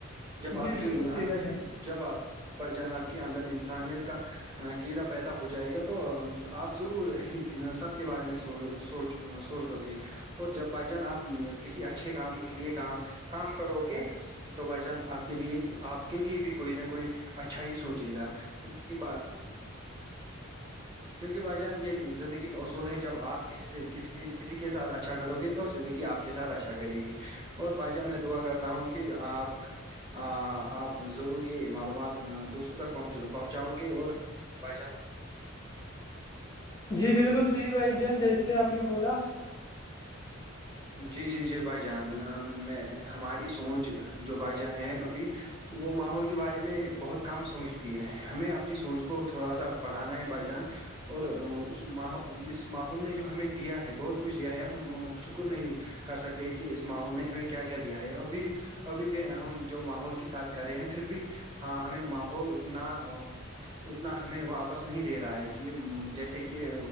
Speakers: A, on the right; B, on the left.
A: جب
B: جی
A: آپ
B: بالکل
A: کے
B: صحیح بھائی جان
A: جب آپ بائی جناب کے اندر انسانیت کا کیڑا پیدا ہو جائے گا تو آپ ضرور سب کے بارے میں سوچ ا سوچ لو کہ اور جب بھائی جان آپ کسی اچھے کام کے لیے کا کام کرو گے تو بھائی جان آپ کے لیے آپ کے لیے بھی کوئی نہ کوئی اچھا ہی سوچے گاک
B: <inaudible>
A: کیونکہ بھائی جان یہ زندگی کا اصول ہے جب آپ کسی سے کسی کسی کے ساتھ اچھا کرو گے تو زندگی آپ کے ساتھ اشا کرے گی اور بھائی جان میں دعا کرتا ہوں کہ آپ آ آپ ضرور یہ معلومات دوسروں تکہ پہنچاؤ گے اور بھائی جان
B: جی بالکل صحیح بھائی جان جیسے آپ نے بولا
A: جی جی جی بھائی جان میں ہماری سوچ جو بھائی جان ہے ابھی وہ ماحول کے بارے میں بہت کم سوچتی ہے ہمیں اپنی سوچ کو تھوڑا سا بڑھانا ہے بائی جان اور اس م اس ماحول نے جو ہمیں دیا ہے بہت کچھ دیا ہے ہم ش نہیں کر سکتے کہ اس ماحول نے ہمیں کیا کیا دیا ہے اوربھی ابھی بھی ہم جو ماحول کے ساتھ کرے ہیں پھر بھی ہاں ہمیں ماحول اتنا اتنا ہمیں واپس نہیں دے رہا ہے کہ جیسے کہ